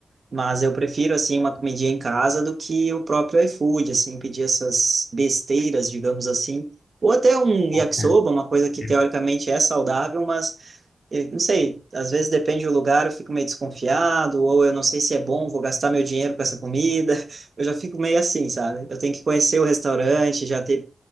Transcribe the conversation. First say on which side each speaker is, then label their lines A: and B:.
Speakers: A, on the right; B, on the left.
A: Mas eu prefiro, assim, uma comidinha em casa do que o próprio iFood, assim, pedir essas besteiras, digamos assim. Ou até um
B: Pô,
A: yakisoba,
B: cara,
A: uma coisa que
B: eu
A: teoricamente é saudável, mas eh, não sei, às vezes depende do lugar, eu fico meio desconfiado, ou eu não sei se é bom, vou gastar meu dinheiro com essa comida. <laughs> Eu já fico meio assim, sabe? Eu tenho que conhecer o restaurante, já ter